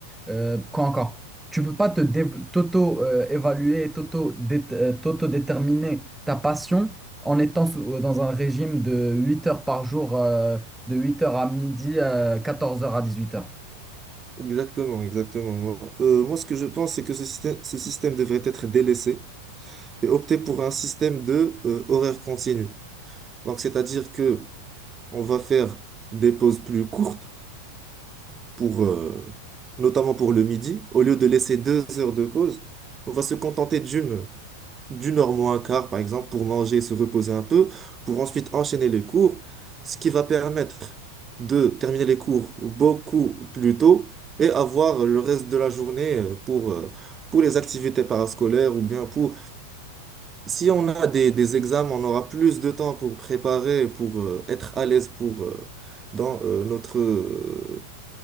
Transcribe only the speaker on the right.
Exactement, exactement. Moi, euh, moi, ce que je pense, c'est que ce système, ce système devrait être délaissé et opter pour un système de euh, horaire continu. Donc, c'est-à-dire que on va faire des pauses plus courtes pour, euh, notamment pour le midi. Au lieu de laisser deux heures de pause, on va se contenter d'une, d'une heure moins un quart, par exemple, pour manger et se reposer un peu, pour ensuite enchaîner les cours, ce qui va permettre de terminer les cours beaucoup plus tôt et avoir le reste de la journée euh, pour, euh, pour les activités parascolaires ou bien pour si on a des, des examens, on aura plus de temps pour préparer, pour euh, être à l'aise pour euh, dans euh, notre euh,